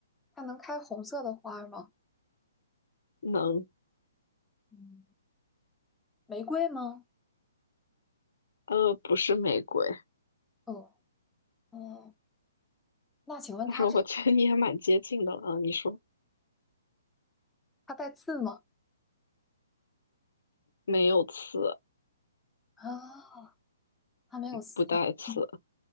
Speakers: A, in the centre; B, on the left.
A: 它能开红色的花吗？
B: 能，
A: 嗯，玫瑰吗？
B: 呃，不是玫瑰，
A: 哦，哦，那请问它这个
B: 但是我觉得你也蛮接近的了，你说
A: 它带刺吗？
B: 没有刺，
A: 啊，它没有刺，
B: 不带刺，
A: 嗯，